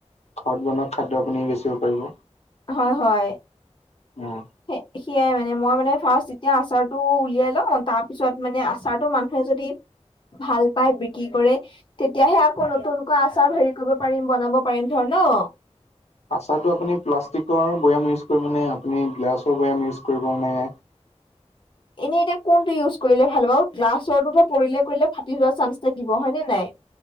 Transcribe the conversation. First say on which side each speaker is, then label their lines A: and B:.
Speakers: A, on the left; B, on the left.
A: ঘৰত বনোৱা খাদ্য আপুনি বেচিব পাৰিব।
B: হয় হয়।
A: অ',
B: স সেয়াই মানে মই মানে ফাৰ্ষ্ট এতিয়া আচাৰতটো উলিয়াই লও তাৰপিছত মানে আচাৰটো মানুহে যদি ভাল পাই বিক্ৰী কৰে। তেতিয়াহে আকৌ নতুনকৈ আচাৰ হেৰি কৰিব পাৰিম বনাব পাৰিম ধৰ ন।
A: আচাৰটো আপুনি প্লাষ্টিকৰ বৈয়াম ইউজ কৰিবানে আপুনি গিলাছৰ বৈয়াম ইউজ কৰিব নে
B: এনেই এতিয়া কোনটো ইউজ কৰিলে ভাল হ'ব গ্লাছৰটোতো পৰিলে কৰিলে ফাটি যোৱা চান্স থাকিব হয় নে নাই।